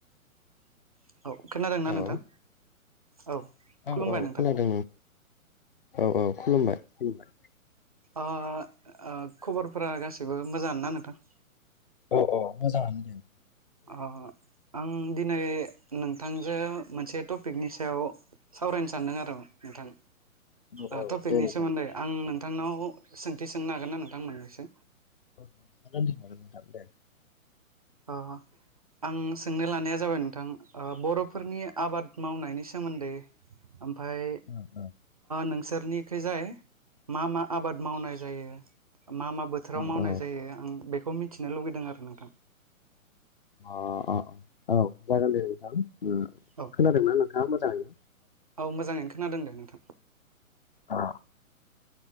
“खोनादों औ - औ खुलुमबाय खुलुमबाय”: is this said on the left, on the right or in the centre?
Left